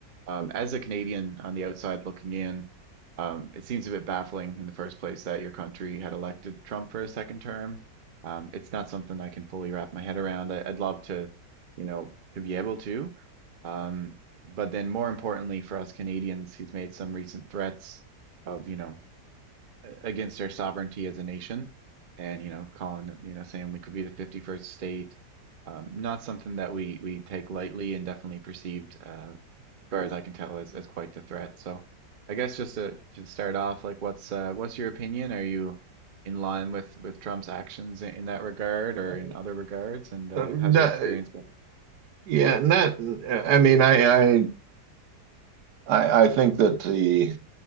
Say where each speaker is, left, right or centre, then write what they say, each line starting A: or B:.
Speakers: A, on the right; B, on the right.
A: um, as a Canadian on the outside looking in, um, it seems a bit baffling in the first place that your country had elected Trump for a second term. Um, it's not something I can fully wrap my head around. I, I'd love to, you know, to be able to. Um, but then more importantly for us Canadians, he's made some recent threats of, you know, a- against their sovereignty as a nation and you know calling it- you know saying we could be the 51st state um, not something that we we take lightly and definitely perceived uh, as far as I can tell as, as quite the threat so I guess just to, to start off like what's uh, what's your opinion are you in line with with Trump's actions in, in that regard or
B: Uh,
A: in other regards and uh,
B: uh, not,
A: how's your experience been
B: yeah, not. I mean, I, I, I, I think that the.